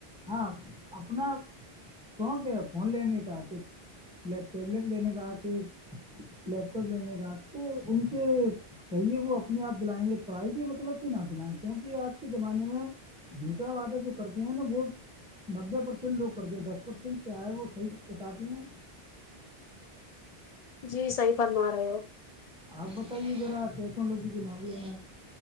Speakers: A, in the centre; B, on the left (about 50°).
A: ہاں اپنا شونق ہے فون لینے کا آ کے لیپ ٹیبلیٹ لینے کا آ کے لیپ لینے کا تو ان سے کہیے وہ اپنے آپ جلائیں گے پڑھائی کے مطلب سے نہ جلائیں گے کیونکہ آج کے زمانے میں جوٹا وعدہ جو کرتے ہیں نا وہ نبے پرسینٹ لوگ کرتے ہیں دس پرسینٹ کیا ہے وہ صحیح کٹاتے ہیں
B: جی صحیح فرما رہے ہو
A: آپ بتائیے ذرا ٹیکنالوجی کے معاملے ہیں